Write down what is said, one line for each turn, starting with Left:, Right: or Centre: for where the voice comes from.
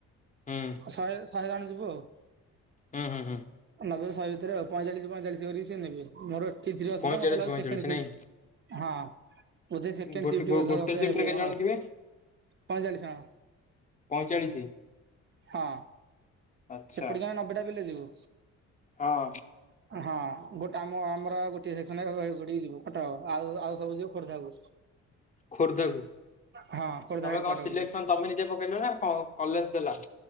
Left: ହୁଁ
Right: ଶହେ ଶହେ ଜଣ ଯିବୁ ଆଉ,
Left: ହୁଁ ହୁଁ ହୁଁ ହୁଁ
Right: ନବେ ଅ ଭିତରେ ଆଉ ପଇଁଚାଳିଶ ପଈଁଚାଳିଶ କରି ସେ ନେବେ। <unintelligible> ମତେଲାଗୁଚି
Left: ପଇଁଚାଳିଶ ପଇଁଚାଳିଶ
Right: ସେକେଣ୍ଡ ସିଫ୍ଟ
Left: ନାଇଁ
Right: ହଁ। ବଧେ ସେକେଣ୍ଡ
Left: ଗୋଟେ
Right: ସିଫ୍ଟ <unintelligible>
Left: ଗୋଟେ ସିଫ୍ଟରେ
Right: ନେ
Left: କେତେ
Right: କଣ
Left: ଜଣ
Right: ଆଉ
Left: ଥିବେ
Right: ପଇଁଚାଳିଶ ଜଣ।
Left: ପଇଁଚାଳିଶ
Right: ହଁ
Left: ଆଚ୍ଛା
Right: ସେପଟିକି ଆମେ ନବେଟା ପିଲା ଯିବୁ।
Left: ହଁ।
Right: ହଁ ଗୋଟେ ଆମ ଆମର ଅଉ ଗୋଟେ ସେକ୍ସନ <unintelligible> ଆଉ ଆଉ ସବୁ ଯିବ ଖୋର୍ଦ୍ଧାକୁ।
Left: ଖୋର୍ଦ୍ଧାକୁ
Right: ହଁ ଖୋର୍ଦ୍ଧା
Left: ତମେ
Right: ହେଡ
Left: କଣ
Right: କ୍ୱାର୍ଟରକୁ
Left: ସିଲେକ୍ସନ ତମେ ନିଜେ ପକେଇଲ ନା କଣ କଲେଜ ଦେଲା।